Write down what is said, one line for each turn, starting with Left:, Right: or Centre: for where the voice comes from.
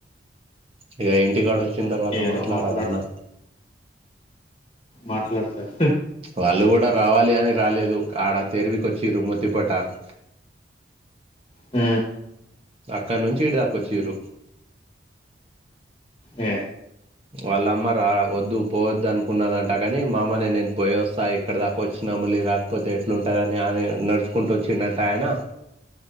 Right: ఇక ఇంటికాడు వచ్చిన తర్వాత
Left: ఏదో
Right: మాట్లాడరాానా
Left: మాట్లా మాట్లాడతారు
Right: వాళ్ళు కూడా రావాలి అని రాలేదు ఆడ తెరివికొచ్చి రుమతిపారు
Left: హ
Right: అక్కడి నుంచి ఇద్దదాకా వచ్చిర్రు
Left: ఆ
Right: వాళ్ళమ్మ రా వద్దు పోవద్దు అనుకున్నదంట కాని మా అమ న నేను పోయి వస్తా ఇక్కడ దాకా వచ్చిన నమలి రాకపోతే ఎట్లుంటుందని అని నడుచుకుంటూ వచ్చిన్నట్ట ఆయన